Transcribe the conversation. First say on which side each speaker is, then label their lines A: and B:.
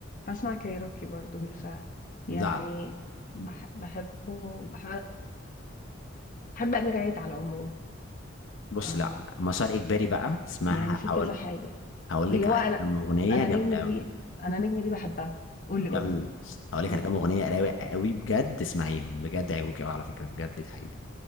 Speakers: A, on the left (about 40°); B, on the left (about 70°).
A: باسمع كايروكي برضه بالفعل،
B: لا
A: يعني
B: لا
A: باح باحبه باح باحب أمير عيد على العموم،
B: بص
A: آه،
B: لا مسار اجباري بقى اسمعها
A: يعني في
B: هقول
A: كذا حاجة،
B: هقول
A: اللي
B: لك
A: هو
B: على
A: أنا
B: كام اغنيه
A: أنا
B: جامده
A: نجم
B: قوي
A: دي أنا نجم دي باحبها، قُل لي قُل
B: جامده
A: لي،
B: هقول لك
A: إمم،
B: على كام اغنيه رايقه قوي بجد اسمعيهم بجد هيعجبوك قوي على فكره بجد دي حقيقه